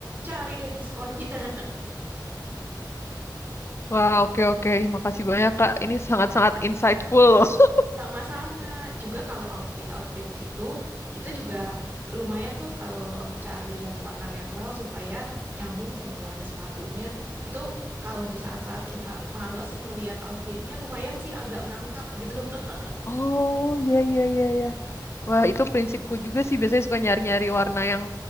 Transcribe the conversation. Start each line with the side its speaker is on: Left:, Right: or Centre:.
Right: cari deh diskonnya.
Left: Wah oke oke. Makasih banyak Kak. Ini sangat-sangat insightful loh. <laughs>
Right: Sama-sama. Juga kalau outfit-outfit gitu, itu juga lumayan tuh kalau cari yang warna netral supaya nyambung sama warna sepatunya. Itu kalau di saat-saat kita males ngelihat outfitnya lumayan sih agak ngangkat gitu. <laughs>
Left: Oh iya iya iya iya. Wah itu prinsipku juga sih. Biasanya suka nyari-nyari warna yang